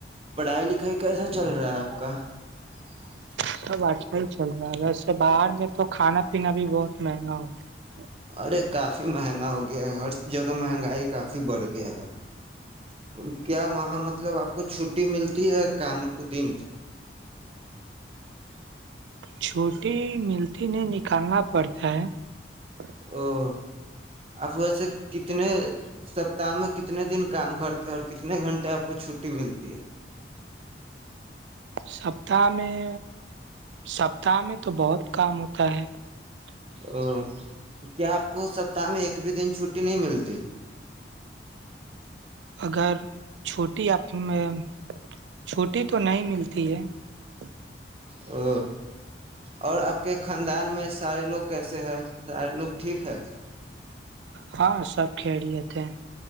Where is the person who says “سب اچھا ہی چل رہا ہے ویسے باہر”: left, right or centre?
Right